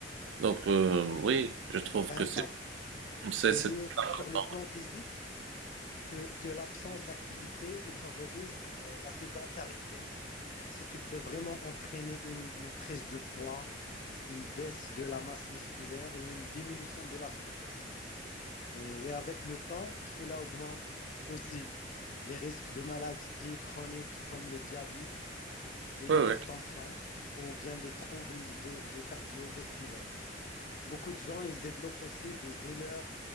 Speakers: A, on the right; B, on the left.
A: Donc, euh, oui, je trouve
B: ça
A: que
B: impacte.
A: c'est, c'est,
B: J'ai
A: c'est
B: lu
A: important.
B: sur le plan physique, que, que l'absence d'activité, il favorise euh, la sédentarité, ce qui peut vraiment entraîner une, une prise de poids, une baisse de la masse musculaire et une diminution de la souplesse. Euh, et avec le temps, cela augmente aussi les risques de maladies chroniques comme le diabète et
A: Oui,
B: l'hypertension
A: oui,
B: ou bien les troubles de, de cardiovasculaires. Beaucoup de gens, ils développent aussi des douleurs